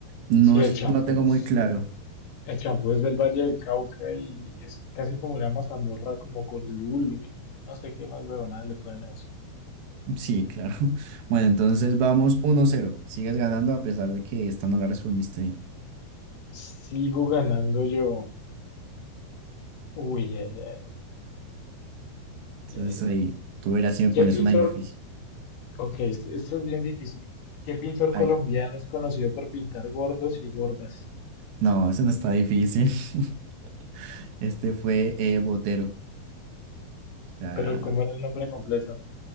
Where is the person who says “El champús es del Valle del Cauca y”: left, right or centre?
Left